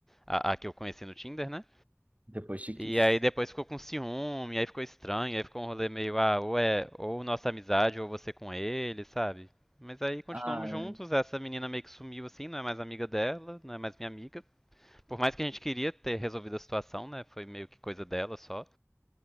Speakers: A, in the centre; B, on the right.
A: a, a que eu conheci no Tinder, né?
B: Depois te
A: E
B: quis.
A: aí depois ficou com ciúme, aí ficou estranho, aí ficou um rolê meio, ah, ou é ou nossa amizade, ou você com ele, sabe? Mas aí continuamos
B: Ah,
A: juntos, essa menina meio que sumiu assim, não é mais amiga dela, não é mais minha amiga. Por mais que a gente queria ter resolvido a situação, né? Foi meio que coisa dela só.